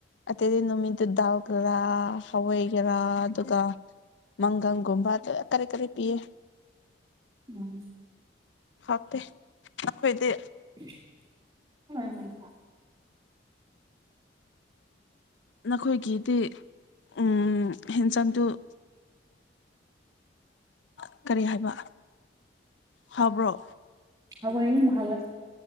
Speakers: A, on the left; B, on the right.
A: ꯑꯇꯩꯇꯩ ꯅꯨꯃꯤꯠꯇꯨ ꯗꯥꯜꯒꯔꯥ, ꯍꯋꯥꯏꯒꯦꯔꯥ ꯑꯗꯨꯒ ꯃꯪꯒꯪꯒꯨꯝꯕ ꯀꯌꯥ ꯀꯔꯤ ꯀꯔꯤ ꯄꯤꯌꯦ
B: ꯎꯝ
A: ꯍꯥꯎꯇꯦ ꯅꯈꯣꯏꯗꯤ
B: <unintelligible>
A: ꯅꯈꯣꯏꯒꯤꯗꯤ ꯎꯝ ꯍꯦꯟꯖꯥꯡꯗꯨ <inaudible> ꯑꯥ ꯀꯔꯤ ꯍꯥꯏꯕ? ꯍꯥꯕ꯭ꯔꯣ
B: ꯍꯥꯎꯋꯦ ꯌꯝ ꯍꯥꯎꯋꯦ